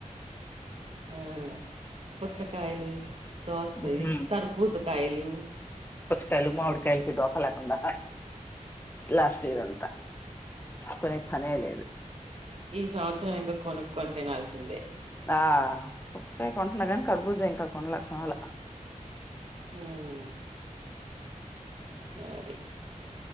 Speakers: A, on the right; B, on the left.
A: ఆ పుచ్చకాయలు దోస
B: ఉమ్
A: ఇ తర్ భుజ కాయలు
B: కలు మావిడికాయలకి డోకా లేకుండా లాస్ట్ ఇయర్ అంతా కొనే పనే లేదు
A: ఈ సంవత్సరం ఇంకా కొనుక్కొని తినాల్సిందే
B: ఆ పుచ్చకాయ కొంటున కాని కర్బూజ ఇంకా కొనలె కొనలా
A: మ్ మరి